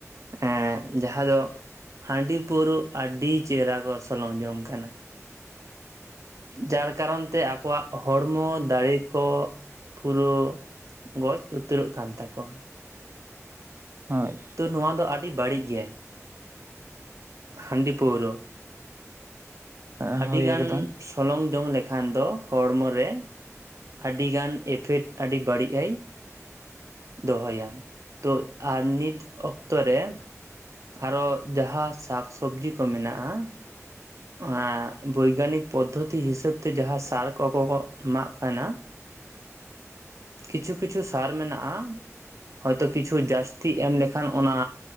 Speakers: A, on the right; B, on the right.
A: ᱦᱮᱸ ᱡᱟᱦᱟᱸ ᱫᱚ ᱦᱟᱺᱰᱤ ᱯᱟᱹᱣᱨᱟᱹ ᱟᱹᱰᱤ ᱪᱮᱦᱨᱟ ᱠᱚ ᱥᱚᱞᱚᱝ ᱡᱚᱝ ᱠᱟᱱᱟ ᱡᱟᱨ ᱠᱟᱨᱚᱱ ᱛᱮ ᱟᱠᱚᱣᱟᱜ ᱦᱚᱲᱢᱚ ᱫᱟᱲᱮ ᱠᱚ ᱯᱩᱨᱟᱹ ᱜᱚᱡ ᱩᱛᱟᱹᱨᱚᱜ ᱠᱟᱱ ᱛᱟᱠᱚᱣᱟ
B: ᱦᱳᱭ
A: ᱛᱚ ᱱᱚᱣᱟ ᱫᱚ ᱟᱹᱰᱤ ᱵᱟᱹᱲᱤᱡ ᱜᱮ ᱦᱰᱤ ᱯᱟᱹᱣᱨᱟᱹ
B: ᱦᱳᱭ
A: ᱟᱹᱰᱤᱜᱟᱱ
B: ᱮᱠᱫᱚᱢ
A: ᱥᱚᱞᱚᱝ ᱡᱚᱝ ᱞᱮᱠᱷᱟᱱ ᱫᱚ ᱦᱚᱲᱢᱚ ᱨᱮ᱾ ᱟᱹᱰᱤ ᱜᱟᱱ ᱤᱯᱷᱮᱠᱴ ᱟᱹᱰᱤ ᱵᱟᱹᱲᱤᱡᱽ ᱟᱭ ᱫᱚᱦᱚᱭᱟ ᱛᱚ ᱟᱨ ᱱᱤᱛ ᱚᱠᱛᱚ ᱨᱮ ᱟᱨᱚ ᱡᱟᱦᱟᱸ ᱥᱟᱠ ᱥᱚᱵᱡᱤ ᱠᱚ ᱢᱮᱱᱟᱜᱼᱟ ᱣᱟ ᱵᱳᱭᱜᱟᱱᱤᱠ ᱯᱚᱫᱽᱫᱷᱚᱛᱤ ᱦᱤᱥᱟᱹᱵ ᱛᱮ ᱡᱟᱦᱟᱸ ᱥᱟᱨ ᱠᱚᱠᱚ ᱮᱢᱟᱜ ᱠᱟᱱᱟ ᱠᱤᱪᱷᱩ ᱠᱤᱪᱷᱩ ᱥᱟᱨ ᱢᱮᱱᱟᱜᱼᱟ ᱦᱚᱭᱛᱳ ᱠᱤᱪᱷᱩ ᱡᱟᱥᱛᱤ ᱮᱢ ᱞᱮᱠᱷᱟᱱ ᱚᱱᱟ